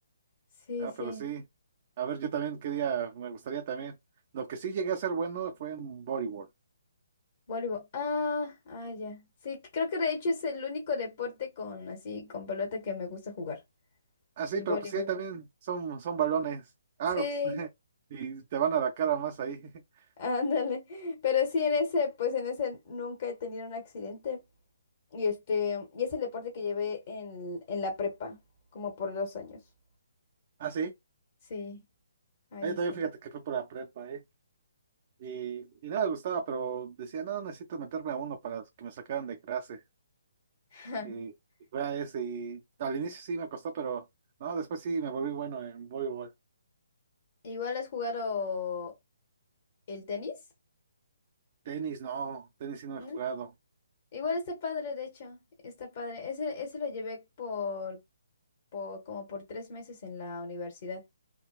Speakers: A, on the left (about 45°); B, on the right (about 40°).
A: Sí,
B: Ah,
A: sí.
B: pero sí, a ver, yo también quería, me gustaría también. Lo que sí llegué a ser bueno fue en voleibol.
A: Voleibol. Ah, ah, ya. Sí, creo que de hecho es el único deporte con así, con pelota que me gusta jugar.
B: Ah, sí,
A: El
B: pero
A: voleibol.
B: pues sí, ahí también son, son balones. Ah,
A: Sí.
B: pues, <laughs> y te van a la cara más ahí. <laughs>
A: Ándale, pero sí en ese, pues en ese nunca he tenido un accidente. Y este, y es el deporte que llevé en, en la prepa, como por dos años.
B: Ah, sí,
A: Sí, ahí
B: ahí también
A: sí.
B: fíjate que fue por la prepa, ¿eh? Y, y no me gustaba, pero decía, no, necesito meterme a uno para que me sacaran de clase.
A: <laughs>
B: Y, y fue a ese. Y al inicio sí me costó, pero no, después sí me volví bueno en voleibol.
A: Igual has jugado el tenis,
B: Tenis, no, tenis sí no
A: ¿no?
B: he jugado.
A: Igual está padre, de hecho, está padre. Ese, ese lo llevé por, por como por tres meses en la universidad.